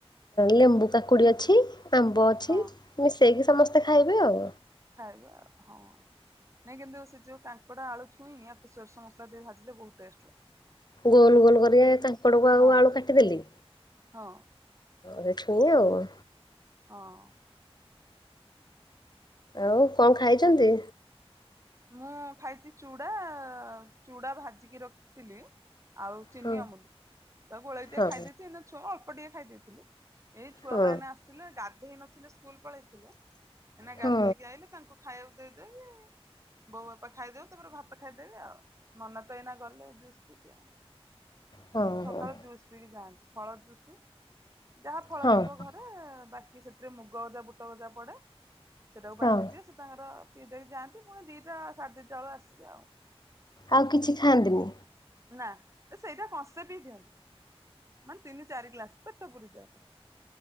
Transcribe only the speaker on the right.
ହଁ
ଖାଇବେ ଆଉ ହଁ। ନାଇଁ କିନ୍ତୁ ସେ ଯୋଉ କାଙ୍କଡ ଆଳୁ ଛୁଇଁ ୟାକୁ ସୋରିଷ ମସଲା ଦେଇ ଭାଜିଲେ ବହୁତ୍ ଟେଷ୍ଟ ଲାଗେ।
ହଁ
ହଁ।
ହଁ।
ମୁଁ ଖାଇଛି ଚୁଡା ଚୁଡା ଭାଜିକି ରଖିଥିଲି। ଆଉ ଚିନି
ଅମୁଲି ତ ଗୋଳେଇ ଟିକେ
ଖାଇ ଦେଇଥିଲି ନା ଛୁ ଅଳ୍ପ ଟିକେ ଖାଇ ଦେଇେଥିଲି। ଏଇ ଛୁଆ
ଗୁଡା ଏନ ଆସିଲେ ଗାଧେଇ ନଥିଲେ ସ୍କୁଲ ପଳେଇଥିଲେ ଏନ ଗାଧେଇକି
ଆଇଲି। ତାଙ୍କୁ ଖାଇବାକୁ ଦେଇଦେବି। ବୋଉ ବାପା ଖାଇଦେବ ତାପରେ ଭାତ ଖାଇଦେବେି ଆଉ ମନ ତ ଏଇନା ଗଲେ ଜୁସ୍ ପିଇି
ସେ ସକାଳୁ
ଯୁୟୁସୁ ପିଇି ଯାଆନ୍ତି ଫଳ ଜୁସୁ ଯାହା ଫଳ
ଥିବ ଘ ବାକି ସେଥିରେ ମୁଗ ଗଜା ବୁଟ ଗଜା ପଡେ ସେଟାକୁ ପାଟିଦିଏଥି
ତାଙ୍କର ପିଦେଇ ଯାନ୍ତି ପୁଣି ଦିଟା ସାଢ଼େ ଦିଟା ବେଳ କୁ ଆସେ ଆଉ
ନା ସେଇଟା କସେ ପିଇ ଦିଅନ୍ତିୁ ମାନେ ତିନି ଚାରି ଗ୍ଲାସ ପେଟ ପୁରି ଯାଏ।